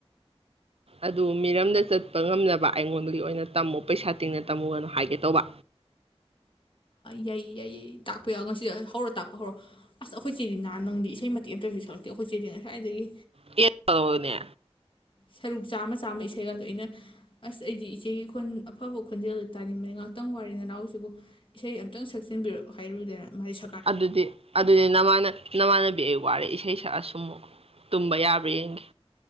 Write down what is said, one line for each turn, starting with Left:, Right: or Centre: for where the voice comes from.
Right: ꯑꯗꯨ ꯃꯤꯔꯝꯗ ꯆꯠꯄ ꯉꯝꯅꯕ ꯑꯩꯉꯣꯟꯒꯤ ꯑꯣꯏꯅ ꯇꯝꯃꯨ ꯄꯩꯁꯥ ꯇꯤꯡꯅ ꯇꯝꯃꯨꯒꯅ ꯍꯥꯏꯒꯦ ꯇꯧꯕ
Left: ꯌꯥꯏ ꯌꯥꯏ ꯇꯥꯛꯄ ꯌꯥꯎ ꯉꯁꯤꯗ ꯍꯧꯔꯣ ꯇꯥꯛꯄ ꯍꯧꯔꯣ ꯑꯁ ꯑꯩꯈꯣꯏ ꯆꯦꯗꯤ ꯅꯍꯥꯟ ꯅꯪꯗꯤ ꯏꯁꯩ ꯃꯇꯦꯛ ꯑꯃꯝꯇꯁꯨ ꯁꯛꯂꯛꯇꯦ ꯑꯩꯈꯣꯏ ꯆꯦꯗꯤ ꯉꯁꯥꯏꯗꯒꯤ
Right: ꯑꯦ ꯇꯧꯔꯣꯅꯦ
Left: ꯁꯔꯨꯛ ꯆꯥꯝꯃ ꯆꯥꯝꯃ ꯏꯁꯩꯒꯛꯇ ꯑꯩꯅ ꯑꯁ ꯑꯩꯗꯤ ꯏꯆꯦꯒꯤꯣꯟ ꯑꯐꯕ ꯈꯣꯟꯖꯦꯜꯗ ꯇꯥꯅꯤꯡꯕꯅꯤ ꯉꯍꯥꯛꯇꯪ ꯋꯥꯔꯤ ꯅꯅꯥꯎꯁꯤꯕꯨ ꯏꯁꯩ ꯑꯃꯝꯇꯪ ꯁꯛꯆꯤꯟꯕꯤꯔꯛ ꯍꯥꯏꯔꯨꯗꯅ ꯃꯥꯗꯤꯛ
Right: ꯑꯗꯨꯗꯤ ꯑꯗꯨꯗꯤ ꯅꯪ ꯃꯥꯅ ꯅꯃꯥꯟꯅꯕꯤ ꯑꯩ ꯋꯥꯔꯦ ꯏꯁꯩ ꯁꯛꯑꯁꯨꯝꯛ ꯇꯨꯝꯕ ꯌꯥꯕ꯭ꯔꯥ ꯌꯦꯡꯒꯦ